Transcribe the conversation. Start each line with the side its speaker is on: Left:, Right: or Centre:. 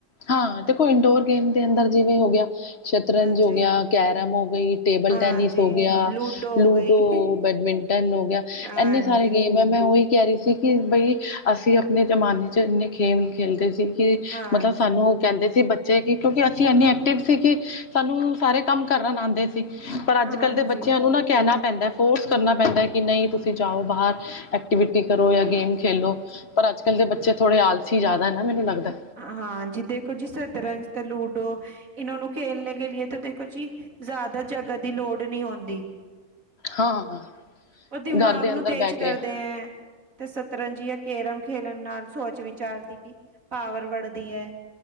Left: ਹਾਂ! ਦੇਖੋ ਇੰਡੋਰ ਗੇਮ ਦੇ ਅੰਦਰ ਜਿਵੇਂ ਹੋ ਗਿਆ। ਸ਼ਤਰੰਜ
Right: ਹਾਂਜੀ,
Left: ਹੋ ਗਿਆ, ਕੈਰਮ ਹੋ ਗਈ, ਟੇਬਲ
Right: ਹਾਂਜੀ
Left: ਟੈਨਿਸ ਹੋ ਗਿਆ,
Right: ਲੂਡੋ
Left: ਲੂਡੋ।
Right: ਹੋ ਗਈ।
Left: ਬੈਡਮਿੰਟਨ ਹੋ ਗਿਆ,
Right: ਹਾਂਜੀ,
Left: ਇੰਹਨੇ ਸਾਰੇ ਗੇਮ ਵੇ ਮੈਂ ਉਹੀ ਕਹਿ ਰਹੀ ਸੀ, ਕਿ ਬਈ ਅਸੀਂ ਆਪਨੇ ਜਮਾਨੇ ਚ ਇੰਨੇ ਖੇਲ ਖੇਲਦੇ ਸੀ। ਕੀ <unintelligible>
Right: ਹਾਂਜੀ,
Left: ਕਹਿੰਦੇ ਸੀ ਬੱਚੇ ਕਿ ਕਿਉਂਕਿ ਅਸੀਂ ਇਹਨੇ ਐਕਟਿਵ ਸੀ ਕਿ ਸਾਨੂੰ ਸਾਰੇ ਕੰਮ ਕਰਨ ਆਉਂਦੇ ਸੀ। ਪਰ ਅੱਜ
Right: ਹਾਂਜੀ।
Left: ਕੱਲ ਦੇ ਬੱਚਿਆਂ ਨੂੰ ਨਾ ਕਹਿਣਾ ਪੈਂਦਾ ਏ। ਫੋਰਸ ਕਰਨਾ ਪੈਂਦਾ ਏ ਕਿ ਨਹੀਂ ਤੁਸੀਂ ਜਾਓ ਬਾਹਰ। ਐਕਟੀਵਿਟੀ ਕਰੋ ਯਾ ਗੇਮ ਖੇਲੋ ਪਰ ਅੱਜ ਕੱਲ ਦੇ ਬੱਚੇ ਥੋੜੇ ਆਲਸੀ ਜਿਆਦਾ ਹੈ ਨਾ ਮੈਨੂੰ ਲੱਗਦਾ ਏ।
Right: ਹਾਂ ਜਿਹਦੇ ਕੋ ਜਿਸ ਤਰਾਂ ਤੇ ਲੂਡੋ। ਇਹਨਾ ਨੂੰ ਖੇਲਨੇ ਕੇ ਲੀਏ ਤੇ ਦੇਖੋ ਜੀ ਜ਼ਿਆਦਾ ਜਗਹ ਦੀ ਲੋੜ ਨਹੀਂ ਹੁੰਦੀ।
Left: ਹਾਂ
Right: ਉਹ ਦਿਮਾਗ
Left: ਘਰ ਦੇ
Right: ਨੂੰ
Left: ਅੰਦਰ
Right: ਤੇਜ
Left: ਬਹਿ ਕੇ
Right: ਕਰਦੇ ਹੈ। ਤੇ ਸ਼ਤਰੰਜ ਯਾ ਕੈਰਮ ਖੇਲਨ ਨਾਲ ਸੋਚ ਵਿਚਾਰ ਦੀ ਵੀ ਪਾਵਰ ਵੜਦੀ ਹੈ।